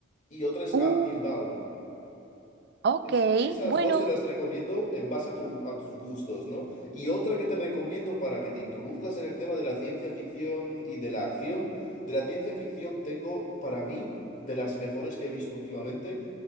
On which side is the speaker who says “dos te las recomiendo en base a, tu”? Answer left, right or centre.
Left